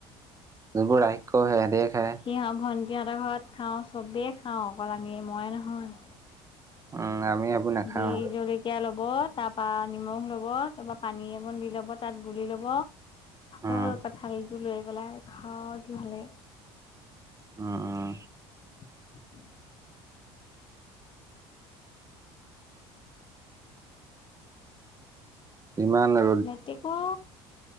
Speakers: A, on the right (about 25°); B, on the left (about 40°).
A: যিবোৰ ৰাক্ষ্য সিহঁতে হে খাই।
B: <inaudible> ভণ্টিহঁতৰ ঘৰত খাওঁ চবেই খাওঁ অকল আমি মই নহয়।
A: উম আমি নাখাওঁ।
B: বি জলকীয়া ল'ব তাপা নিমখ ল'ব তাপা পানী অকণ দি ল'ব তাত গোলি ল'ব
A: উম
B: অ কঁঠালটো লৈ পেলাই খাওঁ কি ভালে লাগে।
A: অ অ।
B: <unintelligible>
A: কিমান আ
B: লেতিকো